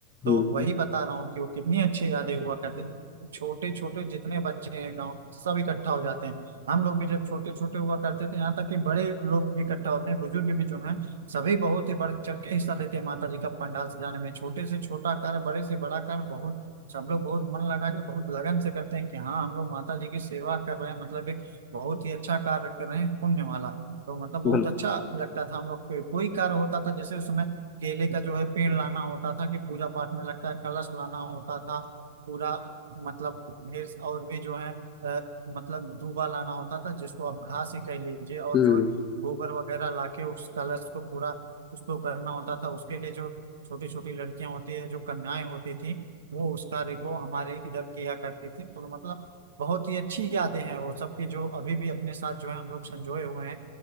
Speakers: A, on the left (about 30°); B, on the right (about 80°).
A: हम्म
B: तो
A: हम्म।
B: वही बता रहा हूँ कि वो कितनी अच्छी यादें हुआ करती थी। छोटे छोटे जितने बच्चे हैं गांव सब इकट्ठा हो जाते हैं हम लोग भी जब छोटे छोटे हुआ करते थे यहाँ तक कि बड़े लोग भी इकट्ठा होते हैं बुजुर्ग भी जो हैं सभी बहुत ही बढ़ चढ़ के हिस्सा लेते हैं माता जी का पंडाल सजाने में छोटे से छोटा कार्य बड़े से बड़ा कार्य बहुत सब लोग बहुत मन लगा के बहुत लगन से करते हैं कि हाँ हम लोग माता जी की सेवा कर रहे हैं मतलब एक बहुत ही अच्छा कार्य कर रहे हैं पुण्य वाला तो मतलब बहुत
A: बिल्कुल,
B: अच्छा लगता था हम लोग को कोई कार्य होता था जैसे उसमें केले का जो है पेड़ लाना होता था कि पूजा पाठ में लगता है कलश लाना होता था पूरा मतलब ढेर और भी जो है अ, मतलब दूबा लाना होता था जिसको आप घास ही कह लीजिए और
A: हुँ,
B: जो है गोबर वगैरह लाके उस कलश को पूरा उसको करना होता था उसके लिए जो छोटी छोटी लड़कियां होती है जो कन्याएं होती थी वो उस कार्य को हमारे इधर किया करती थी तो मतलब बहुत ही अच्छी यादें हैं वो सब की जो अभी भी अपने साथ जो है हम लोग संजोए हुए हैं